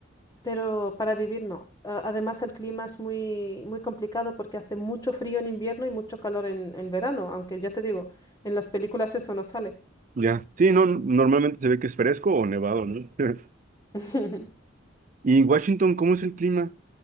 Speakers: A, on the left (about 20°); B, on the right (about 40°).
A: pero para vivir no. A- además, el clima es muy, muy complicado porque hace mucho frío en invierno y mucho calor en, en verano, aunque ya te digo, en las películas eso no sale.
B: Ya, sí, no, normalmente se ve que es fresco o nevado, ¿no? <laughs>
A: <laughs>
B: Y en Washington, ¿cómo es el clima?